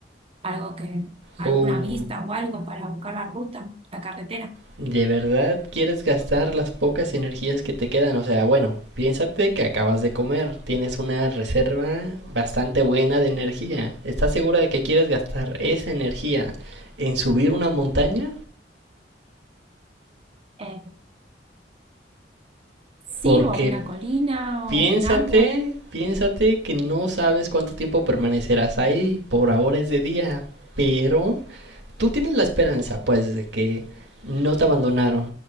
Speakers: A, on the right (about 30°); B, on the right (about 85°).
A: algo que, alguna
B: Uy,
A: vista o algo para buscar la ruta, la carretera.
B: ¿De verdad quieres gastar las pocas energías que te quedan? O sea, bueno, piénsate que acabas de comer, tienes una reserva bastante buena de energía. ¿Estás segura de que quieres gastar esa energía en subir una montaña?
A: Eh, sí,
B: Porque
A: o una colina
B: piénsate,
A: o un árbol.
B: piénsate que no sabes cuánto tiempo permanecerás ahí. Por ahora es de día, pero tú tienes la esperanza, pues, de que no te abandonaron,